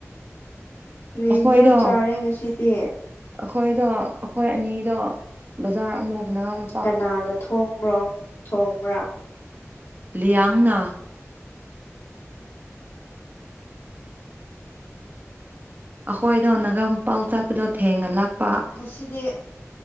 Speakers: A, on the left; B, on the right.
A: ꯀ꯭ꯔꯤ
B: ꯑꯩꯈꯣꯏꯗꯣ
A: ꯏꯟꯖꯥꯡ ꯆꯥꯔꯦ ꯉꯁꯤꯗꯤ
B: ꯑꯩꯈꯣꯏꯗꯣ ꯑꯩꯈꯣꯏ ꯑꯅꯤꯗꯣ ꯕꯖꯥꯔ ꯑꯃꯨ ꯅꯍꯟꯃꯨ
A: ꯀꯅꯥꯅ ꯊꯣꯡꯕ꯭ꯔꯣ ꯊꯣꯡꯕ꯭ꯔꯥ
B: ꯂꯤꯌꯥꯡꯅ ꯑꯩꯈꯣꯏꯗꯣ ꯅꯒꯥ ꯃꯄꯥꯜ ꯆꯥꯠꯄꯗꯣ ꯊꯦꯡꯅ ꯂꯥꯛꯄ
A: ꯉꯁꯤꯗꯤ